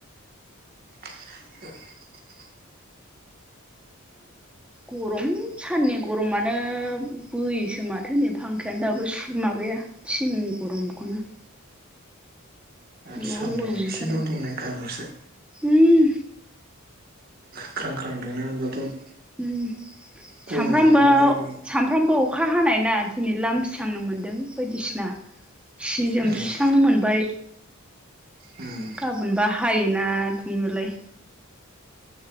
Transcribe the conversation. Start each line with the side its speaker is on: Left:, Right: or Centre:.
Right: <inaudible>
Centre: गरम साननि गरमानो बोयोसो माथो नै फांखायानो दाबो माबाया थिंनि गरमखौनो
Right: आरो
Centre: गोबाव
Right: सान्दुं
Centre: गरम मोनथारदों
Right: एसेल' दुंनाय खारबासो
Centre: उम
Right: ख्रांख्रां दुंनाय मोनबाथ'
Centre: उम
Right: गरमानो
Centre: सामफ्रामबो
Right: मा जागौमोन
Centre: सानफ्रामबो अखा हानाय ना दिनै लामस्रांनो मोन्दों बायदिसिना सि जोम
Right: उम
Centre: सुस्रांनो मोनबाय। <inaudible>
Right: उम
Centre: गाबोन बा हायोना दुङोलाय